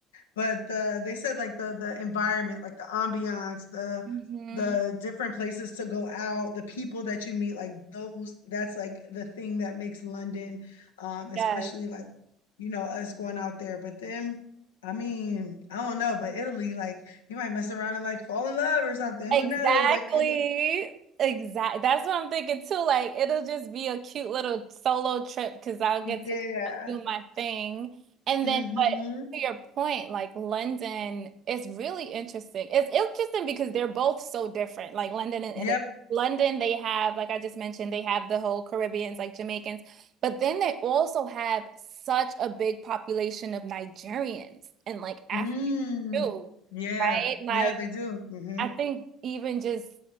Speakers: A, on the left; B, on the right.
A: but the they said like the the environment, like the ambiance, the
B: hmm
A: the different places to go out, the people that you meet, like those, that's like the thing that makes London, um, especially
B: Yes,
A: like, you know, us going out there. But then, I mean, I don't know, but Italy, like you might mess around and like fall in love or something. Who
B: exactly.
A: knows? Like it,
B: Exactly. That's what I'm thinking too. Like, it'll just be a cute little solo trip because I'll
A: yeah.
B: get to kinda do my thing. And
A: Mm-hmm.
B: then, but to your point, like London is really interesting. It's interesting because they're both so different. Like London and
A: Yep.
B: Italy. London, they have, like I just mentioned, they have the whole Caribbeans, like Jamaicans, but then they also have such a big population of Nigerians and like Africa
A: Mm.
B: too.
A: Yeah.
B: right? Like,
A: Yeah, they do. Mm-hmm.
B: I think even just